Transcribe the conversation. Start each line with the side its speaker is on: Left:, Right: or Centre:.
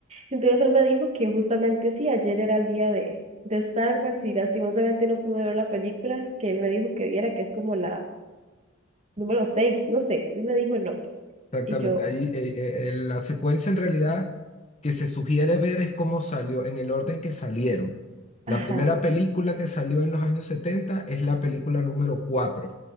Right: Entonces él me dijo que justamente sí, ayer era el día de, de Star Wars y lastimosamente no pude ver la película que él me dijo que viera, que es como la número 6 no sé, él me dijo el nombre,
Left: Exactamente.
Right: y yo,
Left: Ahí eh, eh, eh, la secuencia en realidad que se sugiere ver es cómo salió, en el orden que salieron. La
Right: ajá,
Left: primera película que salió en los años 70 es la película número cuatro